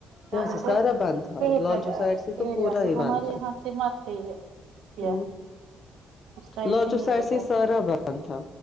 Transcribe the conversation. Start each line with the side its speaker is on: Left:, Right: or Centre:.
Right: کیا
Left: یہاں
Right: بولتے
Left: جی سارا بند تھا
Right: شہید
Left: لال
Right: گنج
Left: چوک سائڈ سے تو
Right: ایریا
Left: پورا
Right: سے
Left: ہی
Right: ہمارے
Left: بند تھا
Right: یہاں سے مت ہے یہ کیا
Left: ہ
Right: اس
Left: لال چوک
Right: نہیں
Left: سائڈ
Right: ہوتا
Left: سے ہی
Right: ہے
Left: سارا بند تھا